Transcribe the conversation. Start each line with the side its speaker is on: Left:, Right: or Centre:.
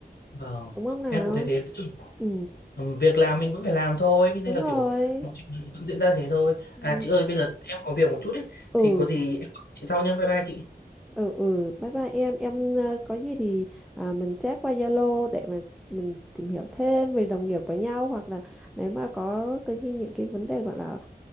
Left: Vâng,
Centre: đúng không nào
Left: em cũng thấy thế. Chứ,
Centre: ừ
Left: ừm, việc làm mình vẫn phải làm thôi, nên
Centre: đúng
Left: là
Centre: rồi
Left: kiểu mọi chuyện vẫn diễn ra thế thôi.
Centre: ừ.
Left: À chị ơi, bây giờ em có việc một chút đấy,
Centre: ừ
Left: thì có gì em gọi chị sau nhá. Bye bye chị.
Centre: ừ ừ bye bye em em ờ, có gì thì à, mình chat qua Zalo để mà mình tìm hiểu thêm về đồng nghiệp của nhau hoặc là nếu mà có cái khi- những cái vấn đề gọi là